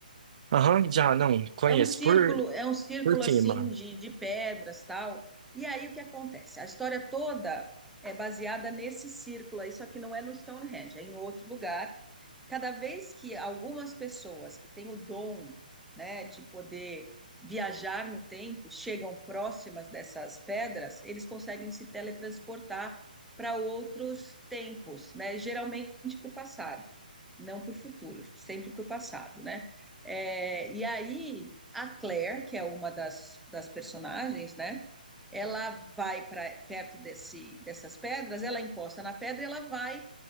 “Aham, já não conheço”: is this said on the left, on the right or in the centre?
Right